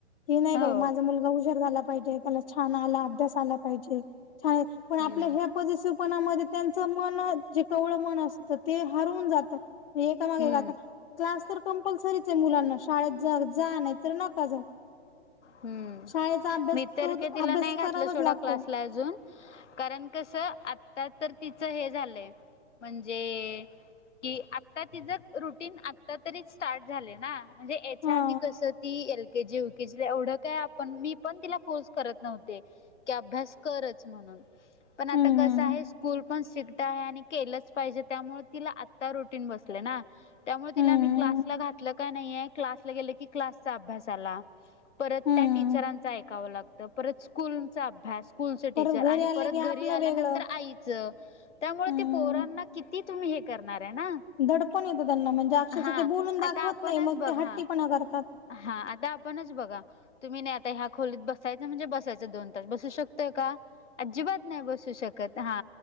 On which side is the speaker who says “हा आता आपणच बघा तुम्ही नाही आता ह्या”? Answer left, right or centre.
Left